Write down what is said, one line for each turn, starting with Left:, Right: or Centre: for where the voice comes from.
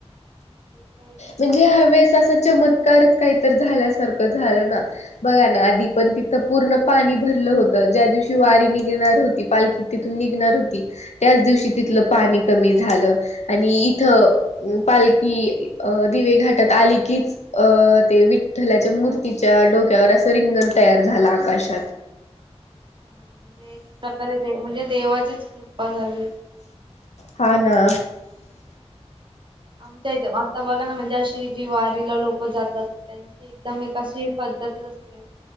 Right: जक
Left: म्हणजे ह वेळेस असा चमत्कारच काहीत झाल्यासारखं झालं ना बघा ना
Right: हा हा
Left: आधी पण तिथं पूर्ण पाणी भरलं होत ज्या दिवशी वारी निघणार होती पालखी तिथून निघणार होती त्याच दिवशी तिथलं पाणी कमी झालं आणि इथ पालखी अ दिवे घाटात आली की च अ ते विठ्ठलाच्या मूर्तीच्या डोक्यावर असं रिंगण तयार झालं आकाशात
Right: म्हणजे एक प्रकारे म्हणजे देवाचीच कृपा झाली
Left: हा ना
Right: आमच्या इथ बघा ना म्हणजे अशी जी वारीला लोकं जातात एकदम एक अशी पद्धतच असते